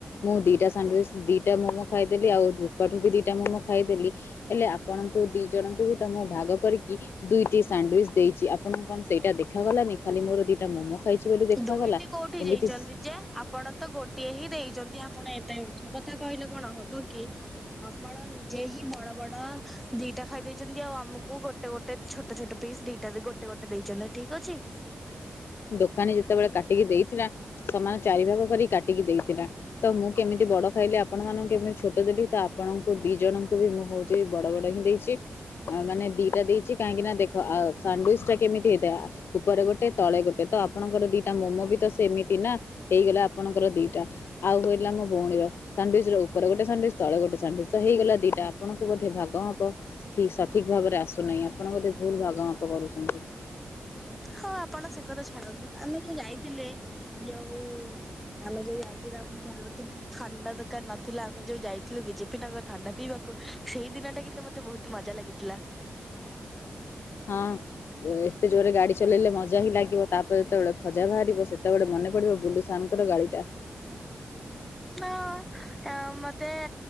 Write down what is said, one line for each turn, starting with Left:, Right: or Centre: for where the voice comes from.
Left: ମୁଁ ଦିଇଟା ସାଣ୍ଡୱିଚ ଦିଇଟା ମୋମୋ ଖାଇଦେଲି ଆଉ ର୍ରୋପାଠୁ ବି ଦିଟା ମୋମୋ ଖାଇଦେଲି ହେଲେ ଆପଣଙ୍କୁ ଦି ଜଣଙ୍କୁ ବି ତ ମୁଁ ଭାଗ କରିକି ଦୁଇଟି ସାଣ୍ଡୱିଚ ଦେଇଛି ଆପଣଙ୍କୁ କଣ ସେଇଟା ଦେଖାଗଲଲାନି ଖାଲି ମୋର ଦିଟା ମୋମୋ ଖାଇଛି ବୋଲି ଦେଖାଗଲା
Centre: ଦୁଇଟି କୋଉଠି ଦେଇଚନ୍ତି
Left: ଏମିତି
Centre: ଯେ ଆ ପଣ ତ ଗୋଟିଏ ହିଁ ଦେଇ ଚନ୍ତି ଆପଣ ଏତେ ମିଛ କଥା କହିଲେ କଣ ହବ କି? ଆପଣ ନିଜେ ହିଁ ବଡ ବଡ ଦିଟା ଖାଇ ଦେଇଚନ୍ତି ଆଉ ଆମକୁ ଗୋ ଟେ ଗୋଟେ ଛୋଟ ଛୋଟ ପିସ୍ ଦିଟା ଗୋଟେ ଗୋଟେ ଦେଇଚନ୍ତି ଠିକ ଅଛି।
Left: ଦୋକାନୀ ଯେତେବେଳେ କାଟିକି ଦେଇଥିଲା ସମାନ ଚାରି ଭାଗ କରିକି କାଟିକି ଦେଇଥିଲା। ତ ମୁଁ କେମିତି ବଡ ଖାଇଲି ଆପଣ ମାନଙ୍କୁ କେମିତି ଛୋଟ ଦେଲିି ତ ଆପଣଙ୍କୁ ଦି ଜଣଙ୍କୁ ବି ମୁଁ ହଉ ଚି ବଡ ବଡ ହିଁ ଦେଇଚି। ଆ ମାନେ ଦିଟା ଦେଇଚି କାହିଁକି ନା ଦେଖ ଆଉ ସାଣ୍ଡୱିଚ ଟା କେମିତି ହେଇଥାଏ ଆ ଉପରେ ଗୋଟେ ତଳେ ଗୋ ସେତ ତ ଆପଣଙ୍କର ଦିଟା ମୋମୋ ବି ତ ସେମିତି ନା ହେଇଗଲା ଆପଣଙ୍କର ଦିଟା। ଆଉ କହିଲା ମୋ ଭଉଣୀର ସାଣ୍ଡିଚ ର ଉପରେ ଗୋଟେ ସାଣ୍ଡିଚ ତଳେ ଗୋଟେ ସାଣ୍ଡିଚ ହେଇଗଲା ଦିଟା ଆପଣଙ୍କୁ ମଧ୍ୟ ଭାଗ ହବ। ଠିକ ସଠିକ୍ ଭାବରେ ଆସୁନାହିଁ ଆପଣ ବୋଧେ ଭୁଲ ଭାଗ ମାପ କରୁଛନ୍ତି।
Centre: ହଁ ଆପଣ ସେ କଥା ଛାଡନ୍ତୁ ଆମେ ଯୋଉ ଯାଇଥିଲେ ଯୋଉ ଆମେ ଯୋଉ ଯାଇଥିଲୁ ଆମ ଘରର କେମତି ଖଥଣ୍ଡା ଦରକାର ନଥିଲା ଆମେ ଯୋଉ ଯାଇଥିଲୁ ବିଜେପି ନଗର ଥଣ୍ଡା ପିଇବାକୁ ସେଇ ଦିନ ଟା କିନ୍ତୁ ମତେ ବହୁତ ମଜା ଲାଗିଥିଲା।
Left: ହଁ। ଏତେ ଜୋରରେ ଗାଡି ଚଲେଇଲେ ମଜା ହିଁ ଲାଗିବ ତାପରେ ଯେତେବେଳେ ଖଜା ବାହାରିବ ସେତେବେଳେ ମନେ ପଡିବ ବୁଲସ ଶାନଙ୍କର ଗାଳି ଟା
Centre: ହଁ ମତେ